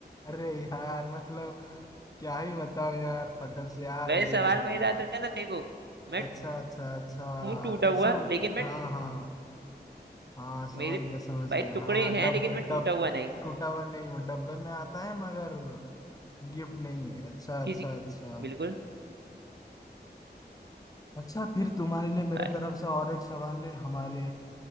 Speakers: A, on the left (about 20°); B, on the right (about 75°).
A: अरे यार मतलब क्या ही बताओ यार पजल्स यार
B: वैसे
A: ये
B: सवाल
A: इस भाई
B: मेरा
A: हो।
B: था ना देखो मैं
A: अच्छा अच्छा अच्छा
B: हूँ टूटा
A: ऐसे
B: हुआ लेकिन मैं
A: हाँ हाँ हाँ समझ
B: मेरे
A: गया समझ
B: भाई
A: गया
B: टुकड़े
A: हाँ
B: हैं
A: डब
B: लेकिन मैं
A: डब
B: टूटा हुआ नहीं
A: टूटा हुआ नहीं हूँ डब्बे में आता है मगर गिफ्ट नहीं है अच्छा
B: किसी
A: अच्छा अच्छा
B: बिल्कुल
A: अच्छा फिर तुम्हारे लिए मेरे
B: भाई
A: तरफ से और एक सवाल है हमारे